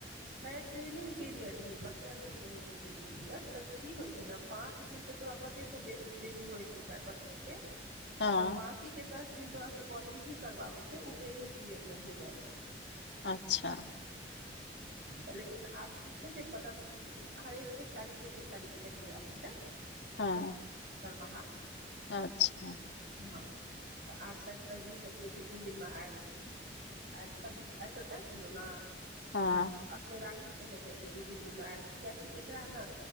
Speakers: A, on the right (about 55°); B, on the left (about 85°).
A: छै ट्रेनिंग पीरियड ही पंन्द्रह दिन के होइ छै ट्रेनिंग पीरियड त की होय छै ने पांच दिन तऽ तोरा बतेतौ बेसिक जे भी होय छै बतबै के
B: हँ
A: बाकी के दस दिन तोरा से कॉलिंग भी करबाबे छै ओ ट्रेनिंग पीरियड में ही जाइ छै
B: अच्छा
A: ऽ लेकिन आब ई छै जे मतलब हरेक एक तारीखके एक तारीख सैलरी आबै छै
B: हाँ
A: दरमाहा
B: अच्छा
A: हँ तऽ आब शायत रजनी सबके दू तीन दिनमे आबि जेतै अचासल ने
B: हँ
A: अखने राख थी कहै रहै जे दू तीन दिनमे आबि कियकि एकरा ने